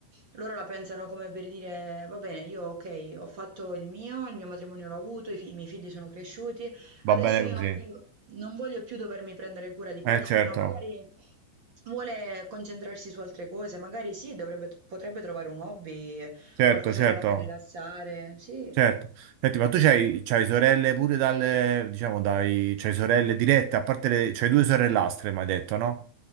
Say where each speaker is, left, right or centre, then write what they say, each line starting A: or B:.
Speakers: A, on the right (about 50°); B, on the right (about 75°).
A: loro la pensano come per dire, va bene, io ok, ho fatto il mio, il mio matrimonio l'ho avuto, i, fi- i miei figli sono cresciuti,
B: va
A: adesso
B: bene
A: io
B: così.
A: non voglio, non voglio più dovermi prendere cura di qualcuno,
B: Eh certo,
A: magari vuole concentrarsi su altre cose, magari sì, dovrebbe- potrebbe trovare un hobby
B: certo,
A: Qualcosa
B: certo,
A: che la fa rilassare, sì.
B: certo. Senti, ma tu c'hai, c'hai sorelle pure dalle, diciamo, dai, c'hai sorelle dirette, a parte le, c'hai due sorellastre, mi hai detto, no?